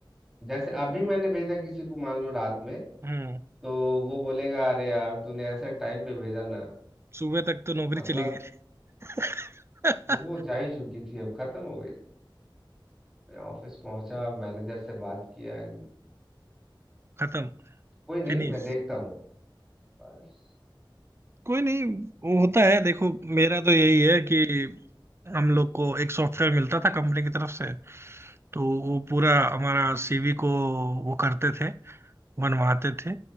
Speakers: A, in the centre; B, on the right.
A: जैसे अभी मैंने भेजा किसी को मान लो रात में
B: हम्म
A: तो वो बोलेगा अरे यार तूने ऐसे टाइम पे भेजा ना
B: सुबह तक तो नौकरी
A: मतलब
B: चली गई <laughs>
A: वो जा ही चुकी थी अब खत्म हो गई थी। मैं ऑफिस पहुंचा मैनेजर से बात किया and
B: खत्म
A: कोई नहीं
B: फिनिश
A: मैं देखता हूँ बस
B: कोई नहीं वो होता है देखो मेरा तो यही है कि हम लोग को एक सॉफ्टवेयर मिलता था कंपनी की तरफ से तो वो पूरा हमारा सीवी को वो करते थे बनवाते थे